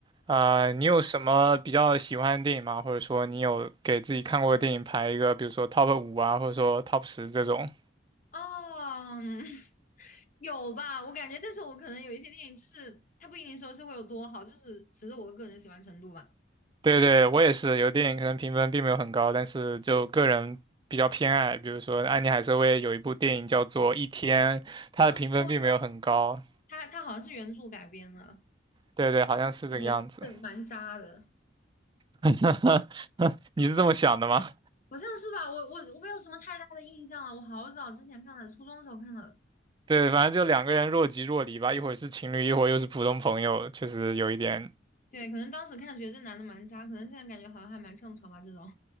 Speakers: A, on the right (about 25°); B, on the left (about 45°).
A: 啊、你有什么比较喜欢的电影吗？或者说你有给自己看过的电影排一个，比如说 top 五啊，或者说 top 十这种？
B: 哦，嗯 <laughs> 有吧？我感觉，但是我可能有一些电影，就是它不一定说是会有多好，就是只是我个人的喜欢程度吧。
A: 对对，我也是，有电影可能评分并没有很高，但是就个人比较偏爱。比如说安妮海瑟薇有一部电影叫做《一天》，它的评分并没有很高。
B: 啊，我知他它它好像是原著改编的，
A: 对对，好像是这个样子。
B: 我觉得是蛮渣的，
A: <laughs> 你是这么想的吗？
B: 好像是吧？我我我没有什么太大的印象了，我好早之前看的，初中的时候看的。
A: 对，反正就两个人若即若离吧，一会儿是情侣，一会儿又是普通朋友，确实有一点。
B: 对，对，可能当时看觉得这男的蛮渣，可能现在感觉好像还蛮正常吧。这种